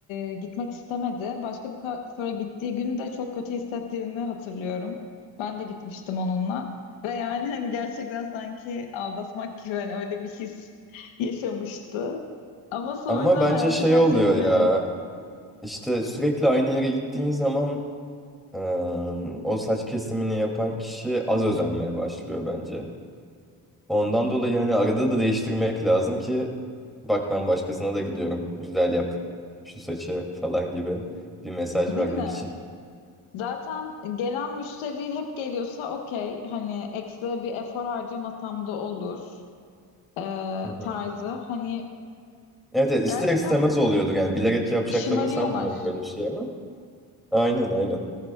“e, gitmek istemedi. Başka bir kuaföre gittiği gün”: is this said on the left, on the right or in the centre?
Left